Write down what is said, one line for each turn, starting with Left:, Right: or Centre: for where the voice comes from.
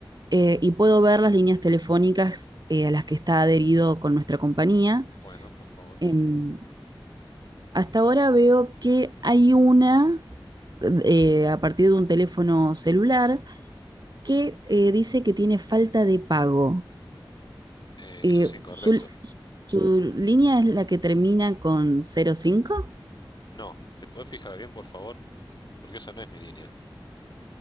Right: eh, y puedo ver las líneas telefónicas eh, a las que está adherido con nuestra compañía.
Left: Bueno, por favor.
Right: Em, Hasta ahora veo que hay una eh, a partir de un teléfono celular que eh, dice que tiene falta de pago.
Left: Eh,
Right: Eh,
Left: eso es incorrecto.
Right: su, su línea es la que termina con 05?
Left: No, ¿te podés fijar bien, por favor? Porque esa no es mi línea.